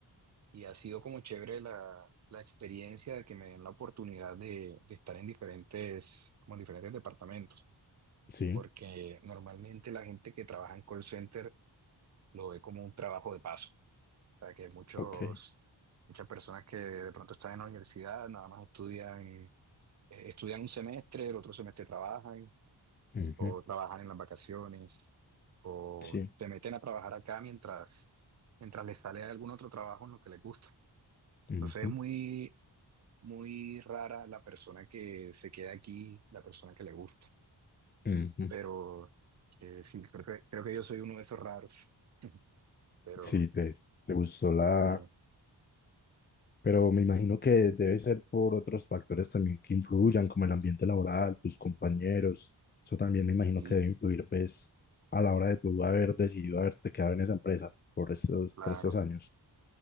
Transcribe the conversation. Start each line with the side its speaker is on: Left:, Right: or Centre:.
Right: y ha sido como chévere la, la experiencia de que me den la oportunidad de, de estar en diferentes, como en diferentes departamentos,
Left: Sí,
Right: porque normalmente la gente que trabaja en call center lo ve como un trabajo de paso, o sea que muchos,
Left: ok.
Right: muchas personas que de pronto están en la universidad, nada más estudian, eh, estudian un semestre, el otro semestre trabajan,
Left: Ujú,
Right: o trabajan en las vacaciones, o
Left: Sí.
Right: se meten a trabajar acá mientras, mientras les sale algún otro trabajo en lo que les gusta.
Left: ujú,
Right: Entonces es muy, muy rara la persona que se queda aquí, la persona que le gusta.
Left: ujú.
Right: Pero eh, sí, creo que, creo que yo soy uno de esos raros. <laughs> Pero,
Left: Sí, te, te gustó la,
Right: pero bien,
Left: Pero me imagino que debe ser por otros factores también que influyan, como el ambiente laboral, tus compañeros. Eso también me imagino
Right: y
Left: que debe influir, pues, a la hora de tú haber decidido haberte quedado en esa empresa por estos,
Right: claro,
Left: por estos años.